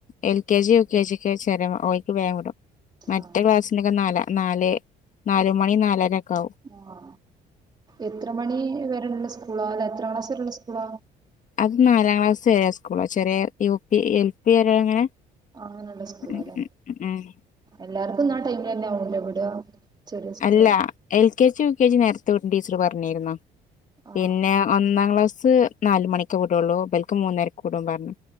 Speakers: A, on the left; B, on the right.
A: എൽ കെ ജി യു കെജിക്ക് ചേരുമ്പോ ഓയ്ക്ക് വേൻ വിടും മറ്റേ
B: ആ
A: ക്ലാസ്സിന് ഒക്കെ നാല നാല് നാല് മണി നാലര ഒക്കെ ആവും
B: ആ എത്ര മണി വരുള്ള സ് സ്കൂളാ അല്ലെ എത്ര ക്ലാസ്സ് വരെള്ള സ്കൂളാ
A: അത് നാലാം ക്ലാസ് വരെ സ്കൂളാ ചെറിയ യു പി എൽ പി വരെ അങ്ങനെ
B: ആ നല്ല സ്കൂളാല്ലേ
A: ഉം ഉം ഉം
B: എല്ലാർക്കുംന്ന ടൈമില്ന്നെ ആവണല്ലോ വിടുക ചെറിയ സ്കൂളുകൾ
A: അല്ല L K G U K G നേരത്തെ വിടും ടീച്ചറ് പറഞ്ഞിരുന്നു
B: ആ
A: പിന്നെ ഒന്നാം ക്ലാസ് നാല് മണിക്ക് വിടുള്ളൂ ഇവൾക്ക് മൂന്നരക്ക് വിടുന്ന് പറഞ്ഞു